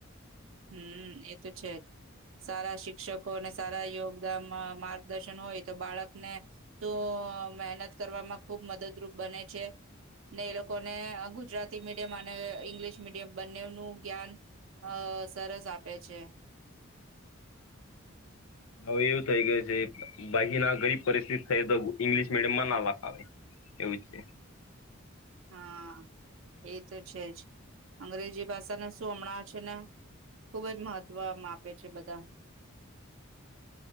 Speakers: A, on the right; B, on the left.
A: હમ્મ એ તો છે સારા શિક્ષકો અને સારા યોગદાન માર્ગદર્શન હોય તો બાળકને શું મહેનત કરવામાં ખુબ મદદરૂપ બને છે ને એ લોકોને ગુજરાતી મીડિયમ અને ઈંગ્લિશ મીડિયમ બંનેનું જ્ઞાન અ સરસ આપે છે
B: હવે એવું થઈ ગયું છે બાકી ના ગરીબ પરિસ્થિતિ થઈ તો ઇંગ્લિશ મીડિયમમાં ના લખાવે એવું જ છે
A: હા એ તો છે જ અંગ્રેજી ભાષાને શું હમણાં છે ને ખુબ જ મહત્વમ આમ આપે છે બધા